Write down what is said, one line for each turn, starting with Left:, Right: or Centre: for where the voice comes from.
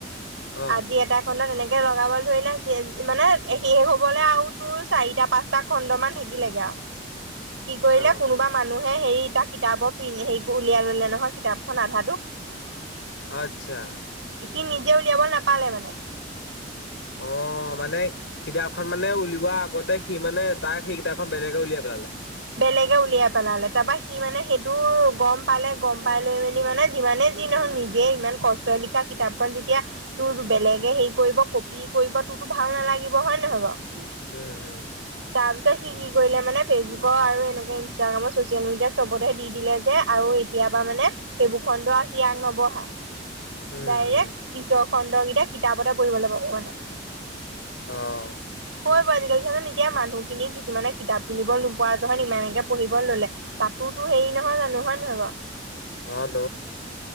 Left: অ
Right: আজি এটা খত এনেকে লগাব ধৰিলো মানে শেষ হ'বলৈ আৰু তোৰ চাৰিটা পাঁচটা খণ্ডমান থাকিল লেগে আওঁ কি কৰিলো
Left: অ
Right: কোনোবা মানুহ হে হেৰি তাৰ কিতাপৰ প্ৰি হেৰি উলিয়াই ললে নহয়, কিতাপখন আধাটো।
Left: আচ্ছা।
Right: সি নিজে উলিয়াব নাপালে মানে?
Left: অ মানে কিতাপখন মানে উলিওৱা আগতে সি মানে তাৰ সেই কেইটা খন বেলেগে উলিয়াই পেলালে
Right: বেলেগে উলিয়াই পেলালে, তাৰপা সি মানে সেইটো গম পালে, গম পাই লৈ মেলি মানে যিমানে যি নহয় নিজে ইমান কষ্ট লিখা কিতাপখন যেতিয়া, তোৰ বেলেগে হেৰি কৰিব, কপি কৰিব তোৰো ভাল নালাগিব হয় নহয় বাৰু।
Left: উম হম।
Right: তাৰপিছত সি কি কৰিলে মানে ফেচবুকৰ আৰু এনেকে ইনষ্টাগ্ৰামৰ চচিয়েল মিডিয়াত চবতেহ দি দিলে যে আৰু এতিয় পৰাা মানে সেইবোৰ খণ্ড আৰু সি আগ নবঢ়াই
Left: উম
Right: ডাইৰেক্ট
Left: উম
Right: পিছ খণ্ডকেইটা কিতাপতে পঢ়িবলৈ পাব মানে।
Left: অ'হ।
Right: ক <unintelligible> আজিকালি চোন এতিয়া মানুহখিনি কিছুমানে কিতাপ কিনিব নোপোৱা যহত ইমানেকে পঢ়িব ললে, তাতো তো হেৰি নহয় জানো, হয় নহয় বাও?
Left: অ হেল্ল'